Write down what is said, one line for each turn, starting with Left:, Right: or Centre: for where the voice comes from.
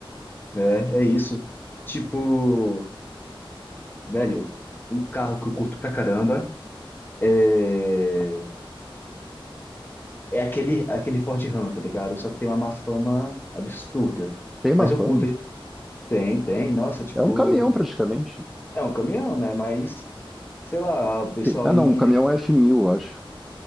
Left: É, é isso. Tipo, velho, um carro que eu curto pra caramba é. É aquele, aquele Ford Ram, tá ligado? Só que tem uma má fama absurda.
Centre: Tem uma
Left: Mas
Centre: fama?
Left: eu curto, hein? Tem, tem. Nossa, tipo,
Centre: É um caminhão praticamente.
Left: é um caminhão, né? Mas, sei lá, o pessoal
Centre: Tem- Ah,
Left: ia.
Centre: não, um caminhão é f mil eu acho.